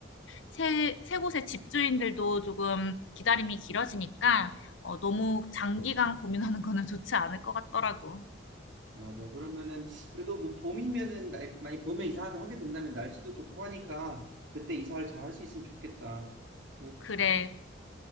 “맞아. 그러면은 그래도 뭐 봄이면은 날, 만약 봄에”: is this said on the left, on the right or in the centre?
Right